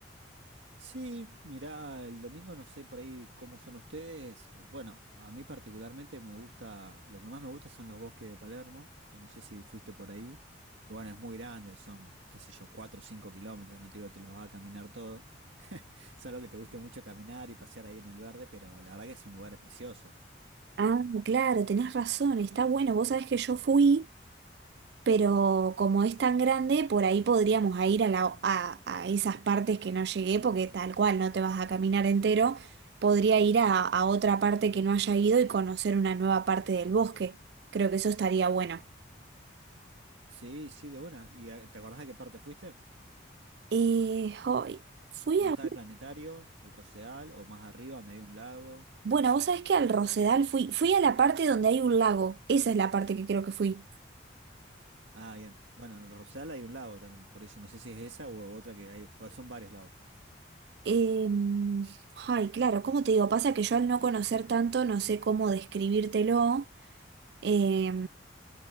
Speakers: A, on the right; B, on the right.
A: Sí, mirá, el domingo no sé por ahí cómo son ustedes. Bueno, a mí particularmente me gusta, lo que más me gusta son los bosques de Palermo, que no sé si fuiste por ahí. Bueno, es muy grande, son, qué sé yo, cuatro o 5 kilómetros, no te digo que te los vas a caminar todo. <laughs> Salvo que te guste mucho caminar y pasear ahí en el verde, pero la verdad que es un lugar precioso.
B: Ah, claro, tenés razón, está bueno. Vos sabés que yo fui, pero como es tan grande, por ahí podríamos a ir a, la, a, a esas partes que no llegué, porque tal cual no te vas a caminar entero. Podría ir a, a otra parte que no haya ido y conocer una nueva parte del bosque. Creo que eso estaría bueno.
A: Sí, sí, de buena. ¿Y eh, te acordás de qué parte fuiste?
B: Eh, hoy fui
A: ¿Dónde
B: a...
A: estaba el planetario, el Rosedal o más arriba, donde había un lago?
B: Bueno, vos sabés que al Rosedal fui, fui a la parte donde hay un lago. Esa es la parte que creo que fui.
A: Ah, bien. Bueno, en el Rosal hay un lago también, por eso no sé si es esa o otra que hay, pues son varios lagos.
B: Em, ay, claro, ¿cómo te digo? Pasa que yo al no conocer tanto no sé cómo describírtelo. Eh,